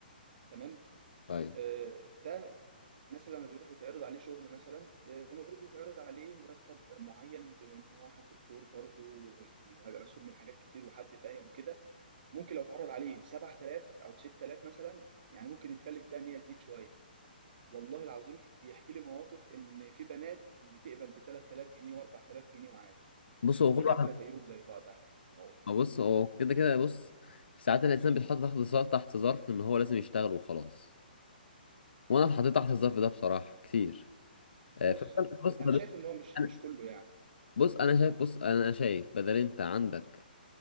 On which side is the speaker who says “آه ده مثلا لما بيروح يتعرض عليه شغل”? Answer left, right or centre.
Right